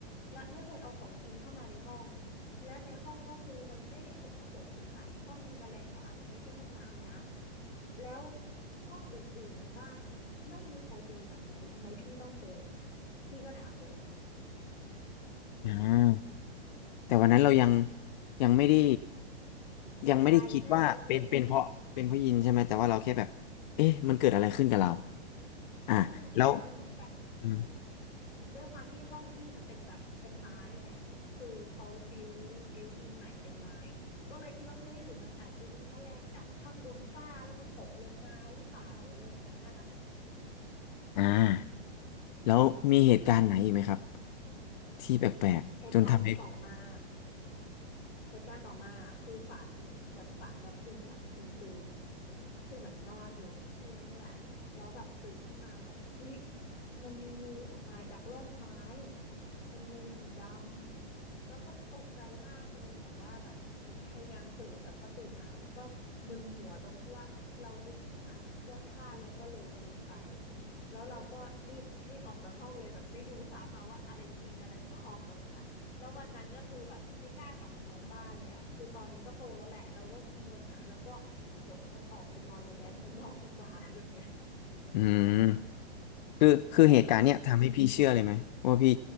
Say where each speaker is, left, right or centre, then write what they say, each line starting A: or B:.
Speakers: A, on the left; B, on the left.
A: และไม่เคยเอาของกินเข้ามาในห้องและในห้องก็คือมันไม่ได้สกปรกถึงขนาดจะต้องมีแมลงสาบมันไม่ใช่ห้องน้ำนะแล้วห้องอื่นๆในบ้านเนี่ยไม่มีใครเจอแบบนี้ทำไมพี่ต้องเจอพี่ก็ถามตัวเอง
B: อ่าแต่วันนั้นเรายังยังไม่ได้
A: เอะใจใช่เรายังไม่ได้เอะใจ
B: ยังไม่ได้คิดว่าเป็นเป็นเพราะเป็นเพราะยินใช่ไหมแต่ว่าเราแค่แบบเอ๊ะมันเกิดอะไรขึ้นกับเรา
A: อ่าใช่มันเหมือนแบบ
B: อ่าแล้วอืม
A: ด้วยความที่ห้องพี่มันเป็นแบบเป็นไม้ไงคือเขาบิวบิวอินใหม่เป็นไม้ก็เลยคิดว่าเฮ้ยหรือมันอาจจะมีแมลงจากข้างบนฝ้าแล้วมันตกลงมาหรือเปล่าอะไรแบบเนี้ยค่ะ
B: อ่าแล้วมีเหตุการณ์ไหนอีกไหมครับที่แปลกๆจนทำให้
A: เหตุการณ์ต่อมาเหตุการณ์ต่อมาคือฝันเหมือนฝันแบบกึ่งหลับกึ่งตื่นคือเหมือนนอนอยู่ที่เตียงนี่แหละแล้วแบบตื่นขึ้นมาแบบเฮ้ยมันมีงูออกมาจากร่องไม้เป็นงูสีดำ แล้วก็ตกใจมากเลยแบบว่าแบบเหมือนพยายามตื่นแต่พอตื่นมามันก็มึนหัวตรงที่ว่าเราลุกขึ้นมาแบบพรวดพลาดแล้วก็เร็วเกินไปแล้วเราก็รีบรีบออกจากห้องเลยแบบไม่ดูซ้ำมาว่าอะไรจริงอะไรปลอมแบบเนี้ยแล้ววันนั้นก็คือแบบไม่กล้ากลับมานอนบ้านเลยอ่ะคือตอนนั้นก็โตแล้วแหละเราก็มีเงินอ่ะเราก็บทฉันออกไปนอนโรงแรมข้างนอกดีกว่าแบบเนี้ย
B: อืมคือคือเหตุการณ์เนี้ยทำให้พี่เชื่อเลยไหมว่าพี่
A: เออ